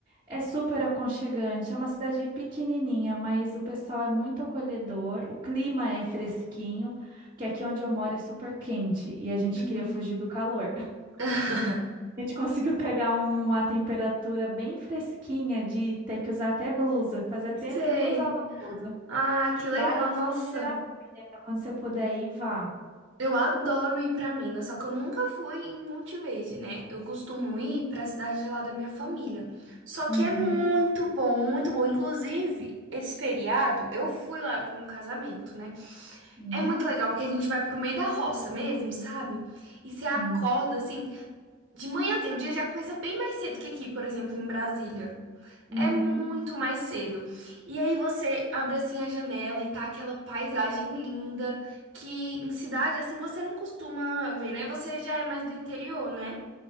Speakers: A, on the right (about 20°); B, on the right (about 65°).
A: É super aconchegante. É uma cidade pequenininha, mas o pessoal é muito acolhedor. O clima é fresquinho, que aqui onde eu moro é super quente. E a gente
B: Uhum.
A: queria fugir do calor.
B: <laughs>
A: A gente conseguiu pegar uma temperatura bem fresquinha de ter que usar até blusa. Fazia tempo
B: Sei.
A: que nem usava blusa.
B: Ah, que legal.
A: Vale
B: Nossa,
A: super a pena. Quando você puder ir, vá.
B: eu adoro ir pra Minas, só que eu nunca fui em Monte Verde, né? Eu costumo ir pra cidade lá da minha família. Só que
A: Uhum.
B: é muito bom, muito bom. Inclusive, esse feriado eu fui lá pra um casamento, né?
A: Hum,
B: É muito legal, porque a gente vai pro meio da roça mesmo, sabe? E você acorda,
A: sim.
B: assim, de manhãzinho. O dia já começa bem mais cedo que aqui, por exemplo, em Brasília.
A: Uhum.
B: É muito mais cedo. E aí você abre, assim, a janela e tá aquela paisagem linda que em cidade, assim, você não costuma ver, né? Você já é mais do interior, né?